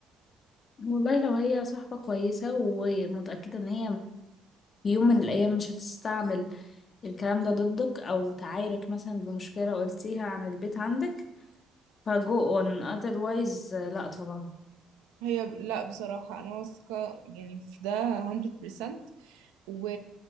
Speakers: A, on the left (about 45°); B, on the right (about 70°).
A: والله لو هي صاحبة كويسة ومتأكدة إن هي في يوم من الأيام مش هتستعمل الكلام ده ضدك أو تعايرك مثلا بمشكلة قلتيها عن البيت عندك فجو on otherwise لأ طبعا
B: هي ب- لا بصراحة أنا واثقة يعني في ده 100% و